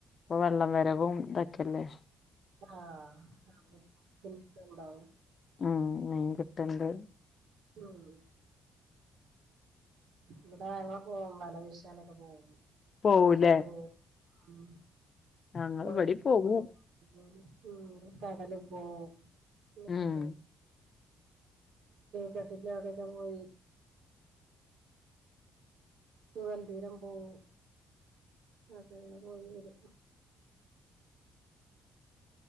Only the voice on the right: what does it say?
ആ <unintelligible> ക്കണ്ടാവും
ഉം ഇവിടെ ഞങ്ങള് പോവും വലവിശാനൊക്കെ പോവും
പൊയേക്ക് പോവും ഉം
പൊയേക്ക്
പോകും ഉം കടലും പോവും <unintelligible>
ക്കെട്ടിൻ്റെ അവിടെയൊക്കെ പോയി <unintelligible> പോവും അക്കങ്ങനെ പോയിവരും